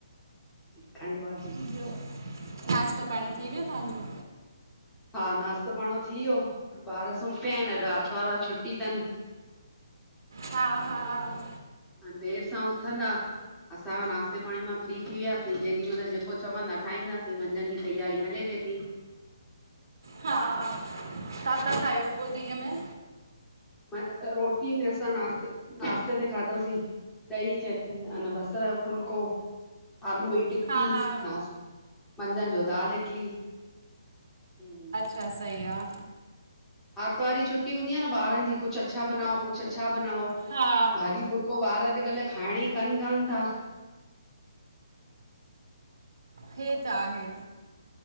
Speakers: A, in the centre; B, on the right.
A: जी खंडवा जी।
B: ॿियो नाश्तो पाणी थी वियो तांजो।
A: हा नाश्तो पाणो थी वियो ॿार सुम पिया इन अॼ आतवार आ छुटी तन।
B: हा-हा।
A: हाण देर सां उथंदा। असां नाश्ते पाणी मां फ्री थी वियासीं जेॾी मल जेको चवंदा ठाईंदासीं मंझंद जी तयारी हले पई ती।
B: हा हा छाता ठायो पो ॾींहं में?
A: म रोटीअ में असां नश्त नाश्ते ते खादोसीं। ॾही चट अन बसर जो फुलको आलू जी टिक्की
B: हा हा
A: नास्त मंझन जो दाल इटली हूं।
B: त सई आ।
A: आर्तवार ॾींहं छुटी हूंदी आ न ॿारन जी कुछ अछा बनाओ कुछ अछा बनाओ
B: हा
A: भाॼी फुल्का। पो ॿार अॼकल खाइण जी कन कान ता।
B: हे त आहे।